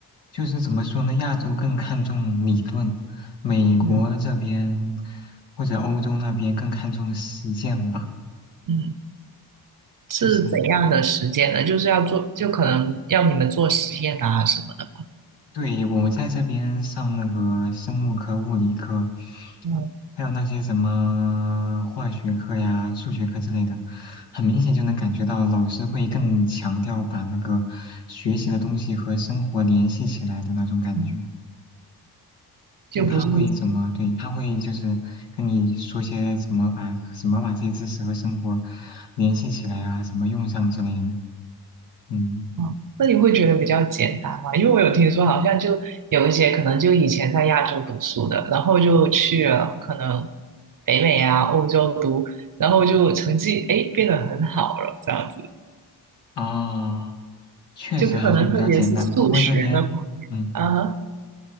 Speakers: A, on the left (about 75°); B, on the right (about 50°).
A: 就是怎么说呢？亚洲更看重理论，美国这边
B: 嗯
A: 或者欧洲那边更看重实践吧。
B: 嗯，是怎样的时间呢？
A: 就是
B: 就是要做，就可能要你们做实验啊什么的。
A: 对我在这边上那个生物课、物理课，
B: 嗯
A: 还有那些什么化学课呀、数学课之类的，很明显就能感觉到老师会更强调把那个学习的东西和生活联系起来的那种感觉。
B: 嗯，
A: 就他会怎么，
B: 就不是
A: 对，他会就是跟你说些怎么把怎么把这些知识和生活联系起来啊，怎么用上之类的。嗯，
B: 哦，那你会觉得比较简单吗？因为我有听说，好像就有一些可能就以前在亚洲读书的，然后就去了可能北美啊、欧洲读，然后就成绩哎变得很好了，这样子，
A: 啊，确实还算比较简单，
B: 就可能特别是数学的话啊，
A: 不过这边，嗯。